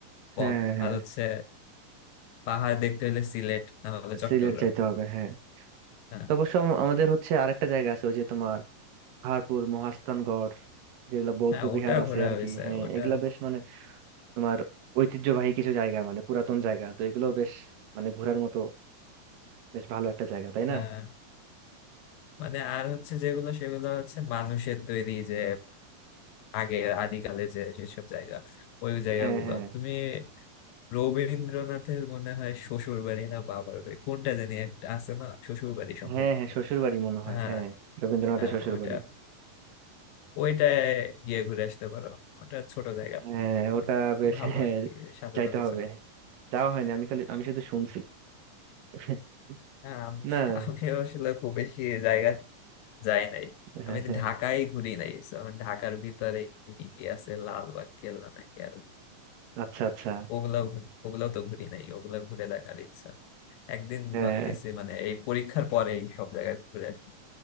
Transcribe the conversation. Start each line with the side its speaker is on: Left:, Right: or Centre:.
Left: বন
Right: হ্যাঁ হ্যাঁ
Left: আর হচ্ছে পাহাড় দেখতে হলে সিলেট না হলে চট্টগ্রাম
Right: সিলেট যাইতে হবে হ্যাঁ
Left: হ্যাঁ
Right: তো অবশ্য আম- আমাদের হচ্ছে আরেকটা জায়গা আছে ওই যে তোমার পাহাড়পুর মহাস্থানগড় যেগুলা বৌদ্ধ
Left: হ্যাঁ ওটা
Right: বিহার আছে
Left: ঘোরা
Right: আর
Left: হয়েছে
Right: কি হ্যাঁ
Left: ওটা
Right: এগুলা বেশ মানে তোমার ঐতিহ্যবাহী কিছু জায়গা মানে পুরাতন জায়গা তো এগুলো বেশ মানে ঘোরার মতো বেশ ভালো একটা জায়গা তাই
Left: হ্যাঁ
Right: না
Left: মানে আর হচ্ছে যেগুলো সেগুলো হচ্ছে মানুষের তৈরি যে আগে আদিকালে যে যেসব জায়গা ওই জায়গাগুলো
Right: হ্যাঁ হ্যাঁ
Left: তুমি রবীন্দ্রনাথের মনে হয় শ্বশুর বাড়ি না বাবার বাড়ি কোনটা জানি একটা আছে না শ্বশুর বাড়ি সম্ভবত
Right: হ্যাঁ হ্যাঁ শ্বশুর বাড়ি মনে হয়
Left: হ্যাঁ
Right: হ্যাঁ রবীন্দ্রনাথের
Left: হ্যাঁ
Right: শ্বশুর
Left: ওটা
Right: বাড়ি
Left: ওইটায় গিয়ে ঘুরে আসতে পারো ওটা ছোট জায়গা
Right: হ্যাঁ ওটা
Left: কিন্তু
Right: বেশ
Left: ভালো
Right: হ্যাঁ
Left: আর কি সাজানো
Right: যাইতে
Left: গোছানো
Right: হবে যাওয়া হয়নি আমি খালি আমি শুধু শুনছি <laughs>
Left: হ্যাঁ, আম,
Right: না
Left: <laughs> আমি আসলে খুব বেশি জায়গা যাই নাই
Right: হ্যাঁ
Left: আমি তো
Right: হ্যাঁ
Left: ঢাকায় ঘুরি নাই So, আমি ঢাকার ভিতরে কি কি আছে লালবাগ কেল্লা নাকি আর
Right: আচ্ছা আচ্ছা
Left: ওগুলাও ঘুরি- ওগুলাও তো ঘুরি নাই ওগুলা ঘুরে দেখার ইচ্ছা একদিন
Right: হ্যাঁ
Left: ভাবতেছি মানে এই পরীক্ষার পরে এই সব জায়গায় ঘুরে আসবো,